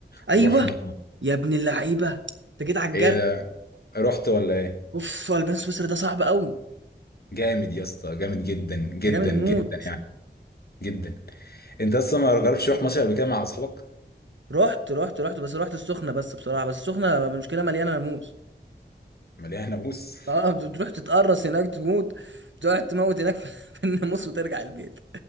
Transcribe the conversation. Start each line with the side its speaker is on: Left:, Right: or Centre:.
Right: ايوه
Left: ورحنا
Right: يا ابن اللعيبة انت جيت على الجرح
Left: ايه ده رحت ولا ايه
Right: اوف البان سويسرا ده صعب قوي
Left: جامد يا اسطى جامد جدا جدا
Right: ده جامد
Left: جدا
Right: موت
Left: يعني جدا انت اصلا ما جربتش تروح مصيف قبل كده مع اصحابك
Right: رحت رحت رحت بس رحت السخنة بس بصراحة بس السخنة المشكلة مليانة ناموس
Left: مليان ناموس
Right: اه بتروح تتقرص هناك تموت تقعد تموت هناك في <laughs> في الناموس وترجع البيت